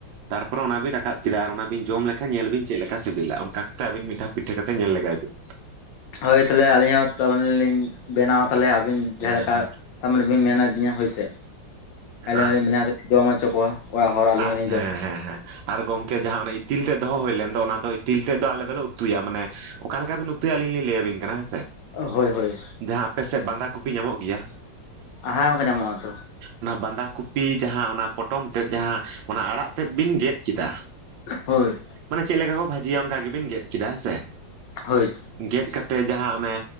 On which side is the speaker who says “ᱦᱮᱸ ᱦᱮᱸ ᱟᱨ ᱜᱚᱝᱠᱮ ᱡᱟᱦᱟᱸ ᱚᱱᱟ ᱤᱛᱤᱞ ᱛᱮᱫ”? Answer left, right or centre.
Right